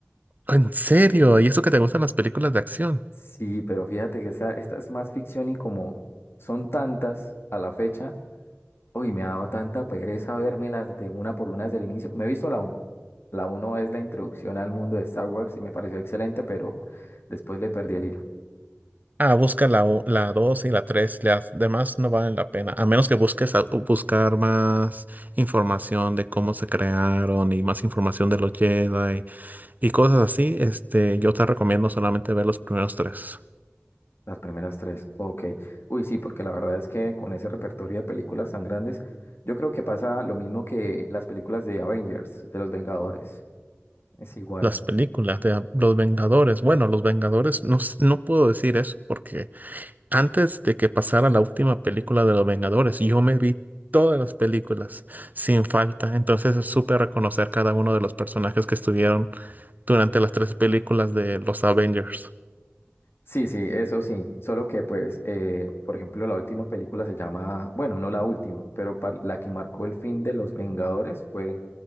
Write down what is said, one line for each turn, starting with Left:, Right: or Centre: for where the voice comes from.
Right: En serio, ¿y eso que te gustan las películas de acción?
Left: Sí, pero fíjate que esa, esta es más ficción y como son tantas a la fecha Uy, me ha dado tanta pereza vermelas de una por una desde el inicio. Me he visto la uno La uno es la introducción al mundo de Star Wars y me pareció excelente, pero después le perdí el hilo.
Right: Ah, busca la, u- la 2 y la 3, las demás no valen la pena, a menos que busques a- buscar más información de cómo se crearon y más información de los Jedi y cosas así, este, yo te recomiendo solamente ver los primeros tres.
Left: Las primeras tres. Ok. Uy, sí, porque la verdad es que con ese repertorio de películas tan grandes, yo creo que pasa lo mismo que las películas de Avengers, de los Vengadores. Es igual.
Right: Las películas de Los Vengadores, bueno, Los Vengadores, no, s- no puedo decir eso porque antes de que pasara la última película de Los Vengadores, yo me vi todas las películas sin falta, entonces supe reconocer cada uno de los personajes que estuvieron durante las tres películas de los Avengers.
Left: Sí, sí, eso sí. Solo que, pues, eh, por ejemplo, la última película se llama, bueno, no la última, pero par- la que marcó el fin de los Vengadores fue